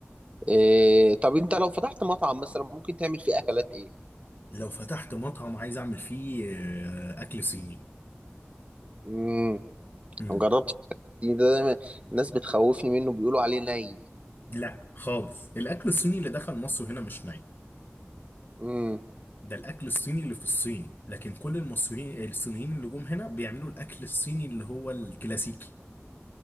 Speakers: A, on the right; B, on the left.
A: إيه... طب انت لو فتحت مطعم مثلا ممكن تعمل فيه اكلات ايه
B: لو فتحت مطعم عايز اعمل فيه اه، اكل صيني
A: امم
B: امم
A: ما جربتش ده دايما الناس بتخوفني منه بيقولوا عليه ني
B: لا خالص الاكل الصيني اللي دخل مصر هنا مش ني
A: امم
B: ده الاكل الصيني اللي في الصين لكن كل المصريين الصينيين اللي جم هنا بيعملوا الاكل الصيني اللي هو الكلاسيكي